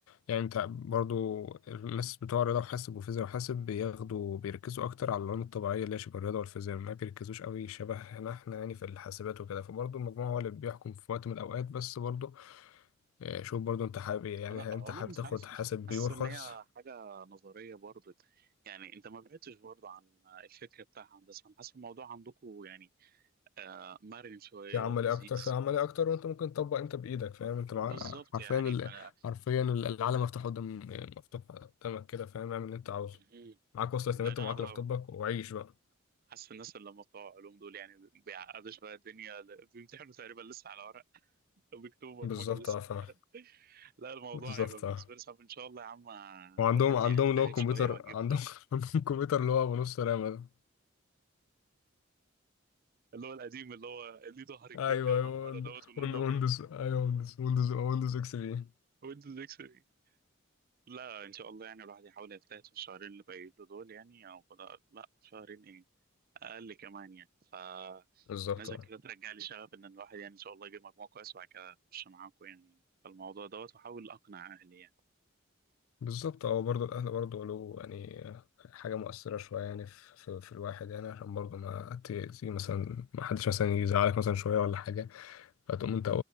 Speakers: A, on the left; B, on the right.
A: يعني انت برضو الناس بتوع رياضة وحاسب وفيزياء وحاسب بياخدوا بيركزوا اكتر على العلوم الطبيعية اللي هي شبه الرياضة والفيزياء ما بيركزوش قوي شبه احنا احنا يعني في الحاسبات وكده فبرضو المجموع هو اللي بيحكم في وقت من الاوقات بس برضو اه، شوف برضو انت حابب ايه. يعني
B: لا
A: هل انت
B: علوم
A: حابب
B: مش
A: تاخد
B: عارف
A: حاسب
B: مش
A: بيور
B: حاسس
A: خالص
B: ان هي حاجه نظريه برضه يعني انت ما بعدتش برضه عن الفكر بتاع هندسه انا حاسس الموضوع عندكم يعني آه مرن شويه
A: في عملي
B: ولذيذ
A: اكتر في عملي اكتر وانت ممكن تطبق انت بايدك فاهم انت مع...
B: بالظبط
A: حرفيا
B: يعني
A: ال...
B: ما
A: حرفيا ال- العالم مفتوح قدام مفتوح قدامك كده فاهم اعمل اللي انت عاوزه
B: مهم.
A: معاك وصلة
B: لان
A: النت ومعاك
B: انا بقى
A: لابتوبك وعيش بقى
B: حاسس الناس اللي هم بتوع علوم دول يعني بيعقدوا شويه الدنيا بيمتحنوا تقريبا لسه على ورق اكتوبر
A: بالظبط
B: ما جه لسه
A: اه فاهم
B: لا الموضوع
A: بالظبط
B: هيبقى بالنسبه
A: اه.
B: لي صعب ان شاء الله يا عم
A: وعندهم
B: الواحد
A: عندهم
B: يجتهد
A: اللي هو الكمبيوتر
B: شويه واجيب
A: عندهم <laughs> عندهم كمبيوتر اللي هو بنص رامة ده
B: اللي هو القديم اللي هو ليه ظهر كبير
A: ايوه
B: كده
A: ايوه
B: من ورا
A: ويند-
B: دوت ولونه
A: ويند- ويندوز
B: ابيض
A: ايوه ويندوز ويندوز ويندوز اكس بي
B: ويندوز اكس بي لا ان شاء الله يعني الواحد يحاول يجتهد في الشهرين اللي باقيين له دول يعني او لا لا، شهرين ايه اقل كمان يعني ف
A: بالظبط
B: نزل
A: اه
B: كده ترجع لي شغف ان الواحد يعني ان شاء الله يجيب مجموع كويس وبعد كده اخش معاكم يعني في الموضوع دوت واحاول اقنع اهلي يعني
A: بالظبط اه برضه الاهل برضه له يعني حاجه مؤثره شويه يعني في, في, في الواحد يعني عشان برضه ما تيجي مثلا ما حدش مثلا يزعلك مثلا شويه ولا حاجه فتقوم انت